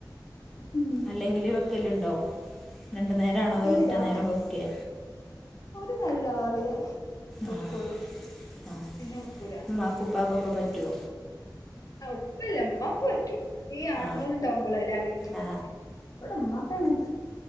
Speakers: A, on the left; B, in the centre.
A: ഉം
B: അല്ലെങ്കില് വെക്കല്ണ്ടോ രണ്ടു നേരാണോ അതോ
A: ഇല്ല
B: ഒറ്റ
A: രാത്
B: നേരം വെക്കെ
A: ഒരു നേരം രാവിലെ വെക്കുള്ളൂ
B: ആഹ് ആഹ്
A: പിന്നെ വെക്കൂല
B: ഉമ്മാക്കും ഉപ്പാക്കൊക്കെ പറ്റോ?
A: ആഹ് ഉപ്പല്യ ഉമ്മാക്ക് പറ്റും ഈ ആണുങ്ങള്
B: ആ
A: ഉണ്ടാവുമ്പളല്ലേ അങ്ങനത്തെതൊക്കെ
B: ആ
A: ഇവടെ ഉമ്മാക്ക് അങ്ങനത്തെ